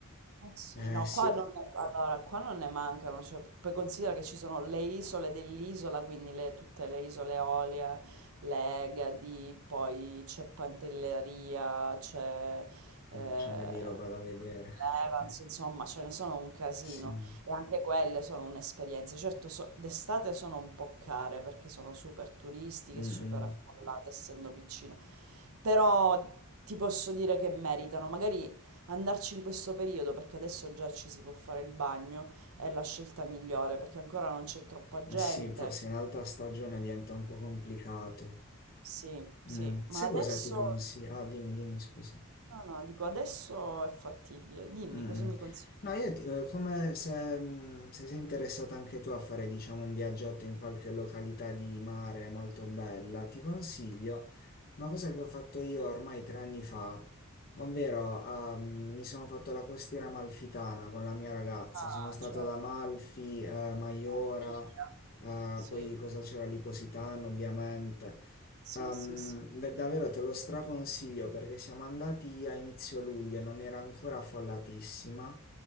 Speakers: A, on the right; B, on the left.
A: Eh sì,
B: Eh,
A: no,
B: sì,
A: qua
B: oh,
A: non ne, allora, qua non ne mancano, cioè, poi considera che ci sono le isole dell'isola, quindi le- tutte le isole Eolie, le Egadi, poi c'è Pantelleria, c'è eh,
B: c'è una di roba da vedere.
A: l'Evans,
B: <laughs>
A: insomma, ce ne sono un casino
B: Sì.
A: e anche quelle sono un'esperienza. Certo, so- d'estate sono un po' care perché sono super turistiche,
B: Mm,
A: super
B: mm.
A: affollate, essendo piccine, però ti posso dire che meritano, magari andarci in questo periodo, perché adesso già ci si può fare il bagno, è la scelta migliore, perché ancora non c'è troppa gente.
B: Eh sì, forse in alta stagione diventa un po' complicato.
A: Sì, sì,
B: Mm, Sai
A: ma adesso...
B: cosa ti consiglio? Ah, dimmi, dimmi, scusa.
A: No, no, dico adesso è fattibile. Dimmi,
B: Mm.
A: cosa mi consigli?
B: No, io ti- eh, come se, mm, se sei interessata anche tu a fare, diciamo, un viaggetto in qualche località di mare molto bella, ti consiglio una cosa che ho fatto io ormai tre anni fa, ovvero ehm, mi sono fatto la costiera amalfitana con la mia ragazza.
A: Ah,
B: Sono stato
A: certo,
B: ad Amalfi, eh, Maiora,
A: famiglia.
B: eh,
A: Sì,
B: poi cosa c'era lì? Positano, ovviamente.
A: sì,
B: Ehm,
A: sì, sì,
B: ve- davvero te lo straconsiglio perché siamo andati a inizio luglio e non era ancora affollatissima.